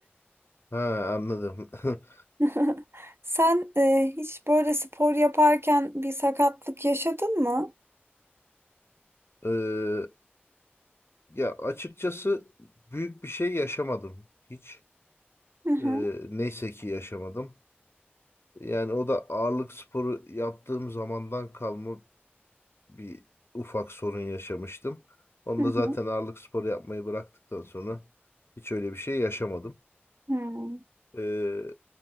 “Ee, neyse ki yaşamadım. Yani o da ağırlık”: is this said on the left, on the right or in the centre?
Left